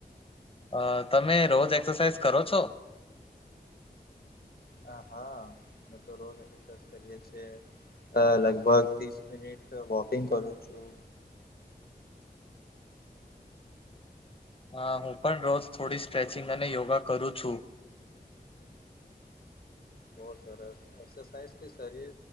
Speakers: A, on the left; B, on the left.
A: અ તમે રોજ એક્સરસાઈઝ કરો છો?
B: હા હા મેં તો રોજ એક્સ સાઈઝ કરીએ છીએ અ લગભગ ત્રીસ મિનિટ વોકિંગ કરું છું.
A: હા હું પણ રોજ થોડી સ્ટ્રેચિંગ અને યોગા કરું છું.
B: બો સરસ, એક્સરસાઈઝથી શરીર